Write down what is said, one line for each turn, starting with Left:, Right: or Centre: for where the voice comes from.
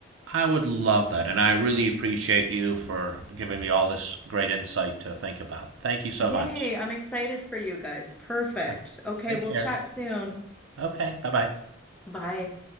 Right: I would love that, and I really appreciate you for giving me all this great insight to think about. Thank you so
Centre: Yay,
Right: much.
Centre: I'm excited for you guys. Perfect.
Right: Yeah.
Centre: Okay,
Right: Take
Centre: we'll
Right: care.
Centre: chat soon.
Right: Okay. Bye bye.
Centre: Bye.